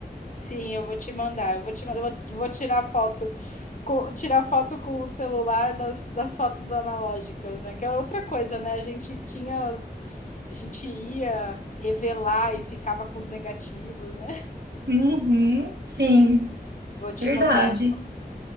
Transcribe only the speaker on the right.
Uhum, sim,
verdade.